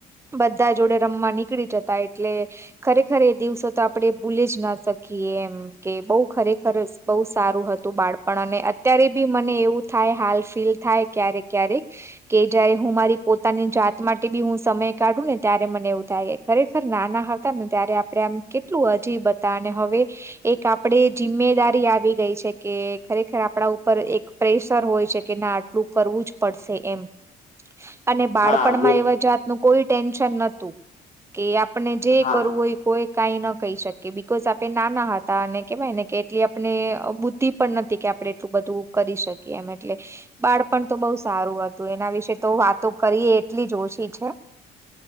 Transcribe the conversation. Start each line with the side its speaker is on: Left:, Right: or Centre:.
Right: બધા જોડે રમવા નીકળી જતા એટલે ખરેખર એ દિવસો તો આપડે ભૂલી જ ના શકીએ એમ કે બઉ ખરેખર બઉ સારું હતું બાળપણ અને ત્યારે બી મને એવું થાય હાલ ફીલ થાય ક્યારેક ક્યારેક કે જયારે હું મારી પોતાની જાત ત માટે બી હું સમય કાઢું ને ત્યારે મને એવું થાય ખરેખર નાના હતા ને ત્યારે આપડે આમ કેટલું અજીબ હતા ને હવે એક આપડે જિમ્મેદારી આવી ગઈ છે કે ખરેખર આ પડા ઉપર એક પ્રેશર હોય છે કે ના આટલું કરવું જ પડશે એમ અને બાળપણમાં
Left: હા બિલકુલ
Right: એવા જાતનું કોઈ ટેન્શન નતું કે આપને જે
Left: હા
Right: કરુવું હોઈ કોઈ કઈ ન કહી શકે બિકઝ આપે નાના હતા અને કેવાય ને કે એટલી આપને બુદ્ધિ પણ નથી કે આપડે એટલું બધું કરી શકીએ એમ એટલે બાળપણ તો બઉ સારું હતું એના વિશે તો વાતો કરી એટલી જ ઓછી છે